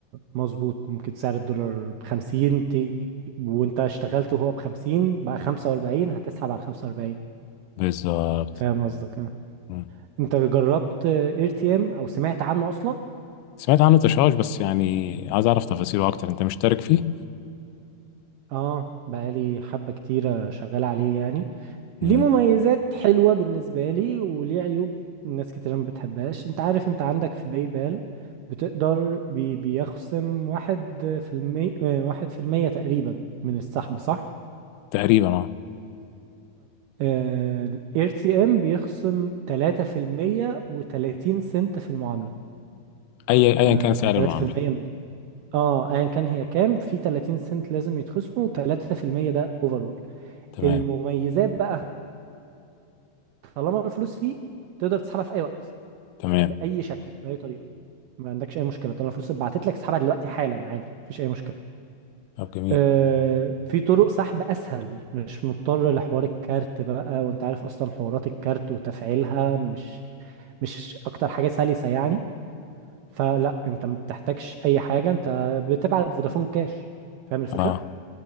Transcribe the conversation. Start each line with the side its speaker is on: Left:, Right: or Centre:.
Right: مظبوط ممكن سعر الدولار بخمسين تي وانت اشتغلت وهو بخمسين بقى خمسة واربعين هتسحب على خمسة واربعين
Left: بالظبط
Right: فاهم قصدك اه
Left: مم.
Right: انت جربت اير تي ام او سمعت عنه اصلا
Left: سمعت عنه تشاش بس يعني عايز اعرف تفاصيله اكتر انت مشترك فيه
Right: اه بقالي حبة كتيرة شغال عليه يعني
Left: مم.
Right: ليه مميزات حلوة بالنسبة لي وليه عيوب ناس كتير ما بتحبهاش انت عارف انت عندك في بايبال بتقدر بي بيخصم واحد في المية آه، واحد في المية تقريبا من السحب صح؟
Left: تقريبا اه
Right: الاي تي ام بيخصم تلاتة في المية وتلاتين سنت في المعاملة
Left: اي ايا
Right: آه،
Left: كان سعر
Right: يعني تلاتة
Left: المعامله
Right: في المية من اه ايا كان هي كام في تلاتين سنت لازم يتخصموا وتلاتة في المية ده اوفرول
Left: تمام
Right: المميزات بقى طالما الفلوس فيه تقدر تسحبها في اي وقت
Left: تمام
Right: بأي شكل بأي طريقة ما عندكش اي مشكله طالما الفلوس اتبعتت لك اسحبها دلوقتي حالا عادي مفيش اي مشكله
Left: طب جميل
Right: آه في طرق سحب اسهل مش مضطر لحوار الكارت بقى وانت عارف اصلا حوارات الكارت وتفعيلها مش مش اكتر حاجه سلسه يعني فلا انت ما بتحتاجش اي حاجه انت بتبعت فودافون كاش فاهم الفكره
Left: اه